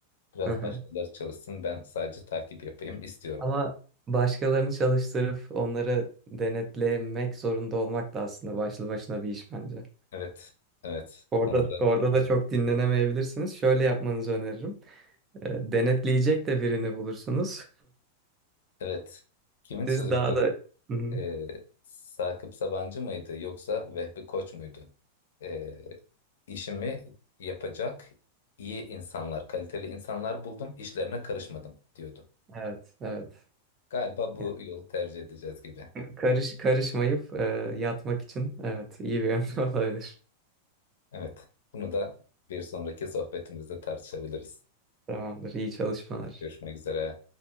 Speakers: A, on the left (about 85°); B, on the right (about 15°).
A: Biraz
B: Hı hı.
A: başkaları çalışsın, ben sadece takip yapayım istiyorum.
B: Ama başkalarını çalıştırıp onları denetlemek zorunda olmak da aslında başlı başına bir iş bence.
A: Evet, evet.
B: Orada
A: Onu da
B: orada da çok dinlenemeyebilirsiniz. Şöyle yapmanızı öneririm. E, Denetleyecek de birini bulursunuz.
A: Evet.
B: <laughs>
A: Kimin sözüydü?
B: Siz daha da Hı hı.
A: Ee, Sakıp Sabancı mıydı yoksa Vehbi Koç muydu? Ee, işimi yapacak iyi insanlar, kaliteli insanlar buldum, işlerine karışmadım diyordu.
B: Evet, evet.
A: Galiba bu
B: Yani
A: yolu tercih edeceğiz gibi.
B: karış karışmayıp e, yatmak için evet iyi bir yöntem <laughs> olabilir.
A: Evet. Bunu da bir sonraki sohbetimizde tartışabiliriz.
B: Tamamdır. İyi çalışmalar.
A: Görüşmek üzere.